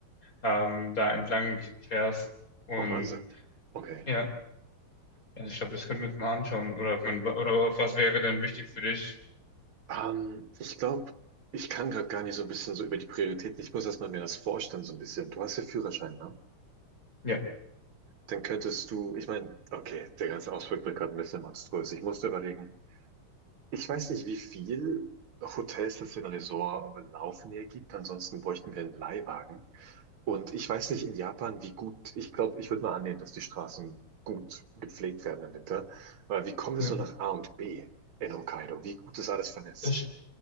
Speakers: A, on the left; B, on the right.
A: ähm, da entlang fährst und
B: Oh, Wahnsinn. Okay.
A: ja, also ich glaube, das können wir uns mal anschauen oder ob man, oder auf was wäre denn wichtig für dich?
B: Ähm, ich glaube, ich kann gerade gar nicht so ein bisschen so über die Prioritäten. Ich muss erstmal mir das vorstellen, so ein bisschen. Du hast ja Führerschein, ne?
A: Ja,
B: Dann könntest du, ich meine, okay, der ganze Ausflug wird gerade ein bisschen monströs. Ich musste überlegen, ich weiß nicht, wie viel Hotels es in Resort laufen hier gibt. Ansonsten bräuchten wir einen Leihwagen. Und ich weiß nicht in Japan, wie gut, ich glaube, ich würde mal annehmen, dass die Straßen gut gepflegt werden im Winter. Aber wie kommen wir
A: ja.
B: so nach A und B in Hokkaido? Wie gut ist alles vernetzt?
A: Das